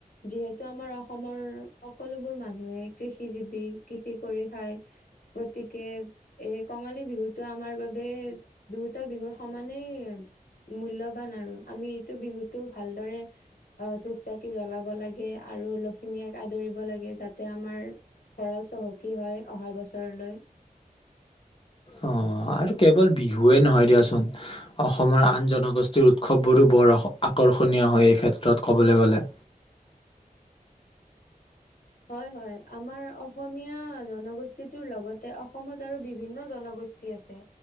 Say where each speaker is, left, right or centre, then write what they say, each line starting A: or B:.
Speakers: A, on the left (about 85°); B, on the left (about 35°).
A: যিহেতু আমাৰ অসমৰ সকলোবোৰ মানুহে কৃষি জীৱি কৃষি কৰি খায়, গতিকে এই কঙালী বিহুতটো আমাৰ বাবে দুয়টা বিহুৰ সমানেই মূল্্যবান আৰু আমি এইটো বিহুতটো ভালদৰে ধূপ চাকি জ্বলাব লাগে আৰু লখিমীয়াক আদৰিব লাগে যাতে আমাৰ ভঁৰাল চহকী হয় অহা বছৰলৈ।
B: অ আৰু কেৱল বিহুৱে নহয় দিয়াচোন অসমৰ আন জনগোষ্ঠীৰ উৎসৱবোৰো বৰ আকৰ্ষণীয় হয় এই ক্ষেত্ৰত কবলৈ গলে।
A: হয় হয় আমাৰ অসমীয়া জনগোষ্ঠীটোৰ লগতে অসমত আৰু বিভিন্ন জনগোষ্ঠী আছে,